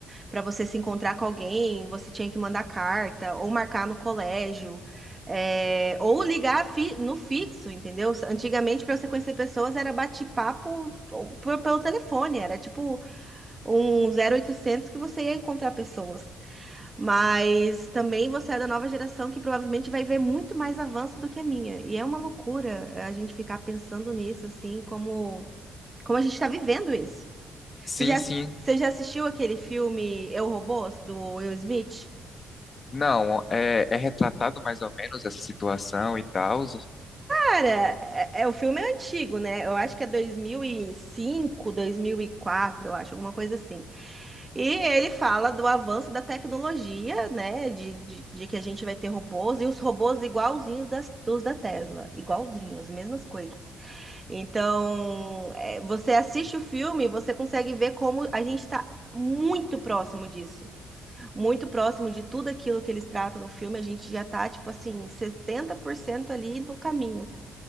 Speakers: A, on the right; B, on the left.
A: para você se encontrar com alguém, você tinha que mandar carta, ou marcar no colégio, é, ou ligar fi- no fixo, entendeu? Antigamente, para você conhecer pessoas, era bate-papo ou- por- pelo telefone, era tipo um zero oitocentos que você ia encontrar pessoas. Mas também você é da nova geração que provavelmente vai ver muito mais avanço do que a minha. E é uma loucura eh, a gente ficar pensando nisso, assim, como, como a gente está vivendo isso.
B: sim,
A: Você já,
B: sim.
A: você já assistiu aquele filme Eu, Robô do Will Smith?
B: Não, é, é retratado mais ou menos essa situação e tal,
A: Cara, é, é- o filme é antigo, né? Eu acho que é 2005, 2004, eu acho, alguma coisa assim. E ele fala do avanço da tecnologia, né? De, de, de que a gente vai ter robôs e os robôs igualzinhos das, dos da Tesla, igualzinhos, as mesmas coisas. Então, é, você assiste o filme e você consegue ver como a gente está muito próximo disso. Muito próximo de tudo aquilo que eles tratam no filme. A gente já tá, tipo assim, 70% ali no caminho.